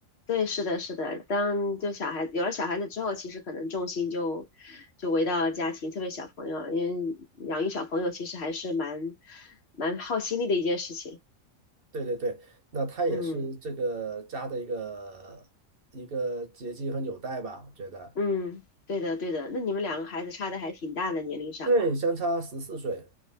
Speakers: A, on the left; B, on the right.
A: 对，是的，是的。当就小孩子有了小孩子之后，其实可能重心就就回到家庭，特别小朋友，因为养育小朋友其实还是蛮蛮耗心力的一件事情。
B: 对对对，那他也是这个家的一个一个结晶和纽带吧，
A: 嗯
B: 我觉得。
A: 嗯，对的对的。那你们两个孩子差的还挺大的年龄上。
B: 对，相差十四岁。